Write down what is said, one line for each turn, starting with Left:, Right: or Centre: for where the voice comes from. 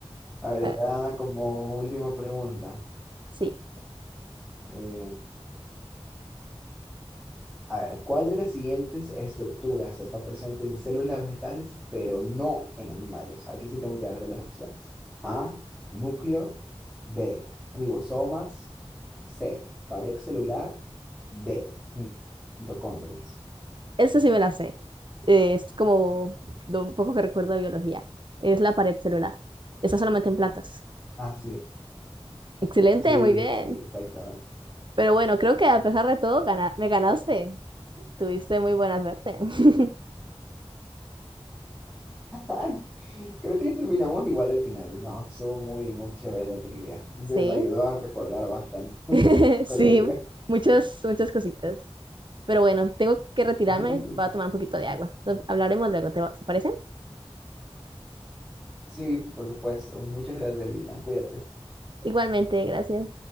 Centre: A ver,
Right: Ah,
Centre: ya como última pregunta.
Right: Sí,
Centre: eh, a ver, ¿cuál de las siguientes estructuras está presente en células vegetales, pero no en animales? Aquí sí tengo que dar de las opciones. A, núcleo. B, ribosomas. C, pared celular. D, mitocondrias.
Right: eso sí me la sé. Eh, Es como lo poco que recuerdo de biología. Es la pared celular. Está solamente en plantas.
Centre: Ah, sí.
Right: Excelente,
Centre: Sí,
Right: muy bien.
Centre: sí, exactamente.
Right: Pero bueno, creo que a pesar de todo, gana- me ganaste. Tuviste muy buena suerte. <laughs>
Centre: Ay, creo que terminamos igual al final. No, estuvo muy, muy chévere la trivia. Me,
Right: Sí,
Centre: me ayudó a recordar bastante <laughs> el
Right: <laughs>
Centre: colegio.
Right: Sí, muchas, muchas cositas. Pero bueno, tengo que retirarme.
Centre: <laughs>
Right: Voy a tomar un poquito de agua. Nos- Hablaremos luego, ¿te va- te parece?
Centre: Sí, por supuesto. Muchas gracias, Lina. Cuídate.
Right: Igualmente, gracias.